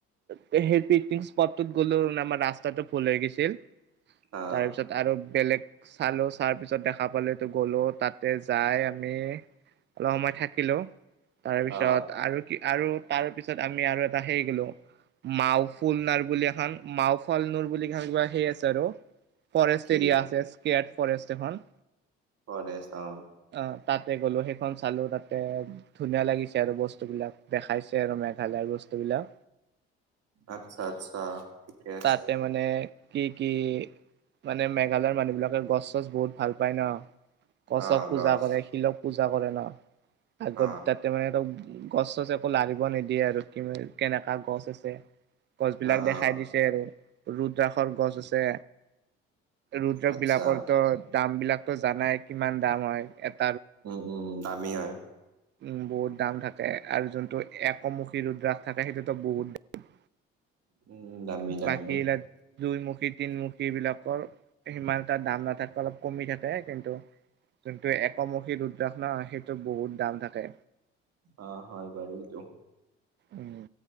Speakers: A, on the right; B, on the right.
A: তে সেই পিকনিক স্পট গ'লো, নামা ৰাস্তাটো ভূল হৈ গে,
B: অ
A: তাৰ পিছত আৰু বেলেগ চালো চাৱাৰ পিছত দেখা পালো এইটো গ'লো তাতে যাই আমি অলপ সময় থাকিলো, তাৰ পিছত
B: অ
A: আৰু কি আৰু তাৰ পিছত আমি আৰু এটা সেই গে'লো। মাওফুলনাৰ বুলি এখন মাওফালনুৰ বুলি <unintelligible> কিবা সেই আছে আৰু। ফৰেষ্ট
B: কি
A: এৰিয়া আছে, স্কেয়াত ফৰেষ্ট এখন।
B: ফৰেষ্ট অ'।
A: অ', তাতে গ'লো সেইখন চালো, তাতে ধুনীয়া লাগিছে আৰু বচ টো বিলাক দেখাইছে আৰু মেঘালয় বস্তুবিলাক।
B: আচ্ছা, আচ্ছা, ঠিকে আছে।
A: তাতে মানে কি কি মানে মেঘালয়ৰ মানুহ বিলাকে গছ চছ বহুত ভাল পায় ন'। গছক
B: অ
A: পূজা
B: গছ
A: কৰে, শিলক পূজা কৰে ন' আগত
B: অ
A: তাতে মানে এটা <unintelligible> গছ চছ একো লাৰিব নিদিয়ে আৰু, কি কেনেকা গছ আছে, গছ বিলাক
B: অ
A: দেখাই
B: অ
A: দিছ ছে আৰু ৰুদ্ৰাসৰ গছ আছে। ৰুদ্ৰক
B: আচ্ছা
A: বিলাকৰটো দাম বিলাকতো জানাই কিমান দাম হয় এত
B: উম, উম, দামী হয়।
A: উম, বহুত দাম থাকে, আৰু যোনটো একমুখী ৰুদ্ৰাস থাকে সেইটোতো বহুত <unintelligible>
B: উম দামী দামী
A: বাকী বিলাক দুইমুখী তিন মু <unintelligible> বিলাকৰ সিমান এটা দাম নাথাকে অলপ কমি থাকে, কিন্তু যোনটো একমুখী ৰুদ্ৰাস ন' সেইটো বহুত দাম থাকে।
B: অ', হয় বাৰু সেইটো।
A: উম